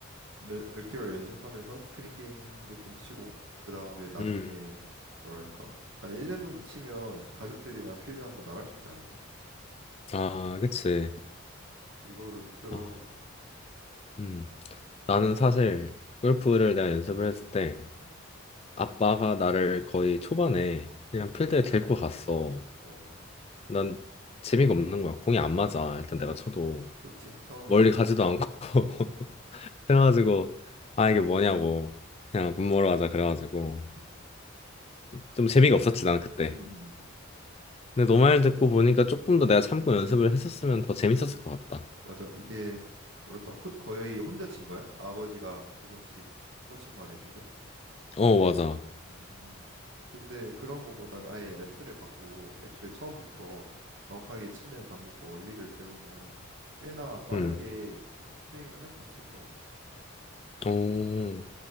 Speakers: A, on the right; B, on the left.
A: 몇, 몇 개월 연습하면서 스크린 게임도 좀 치고 그 다음에 나중에
B: 음,
A: 뭐랄까 한 1년 정도 치면 이제 가족들이랑 필드 한번 나갈 수 있지 않을까?
B: 아, 그치.
A: 그거를 목표로
B: 아,
A: 하고 있어.
B: 음, 나는 사실 골프를 내가 연습을 했을 때
A: 음.
B: 아빠가 나를 거의 초반에 그냥 필드에 데리고 갔어.
A: 어,
B: 난 재미가 없는 거야. 공이 안 맞아. 일단 내가
A: 아,
B: 쳐도
A: 그렇지. 처음에는
B: 멀리
A: 그렇지.
B: 가지도 않고 <laughs>
A: 음, 음, 음,
B: 그래가지고 아 이게 뭐냐고 그냥 밥 먹으러 가자 그래가지고
A: 음,
B: 좀 재미가 없었지 나는 그때.
A: 음, 음. 음.
B: 근데 너 말 듣고 보니까 조금 더 내가 참고 연습을 했었으면 더 재밌었을 것 같다.
A: 맞아. 이게 뭐랄까 호, 거의 혼자 친 거야? 아버지가 조금씩 코칭만 해주고.
B: 어 맞아.
A: 음, 근데 그런 거보다는 아예 레슨을 받고 애초에 처음부터 정확하게 치는 방법과 원리를 배우면 꽤나 빠르게
B: 음.
A: 스윙을 할 수 있을 것 같아.
B: 어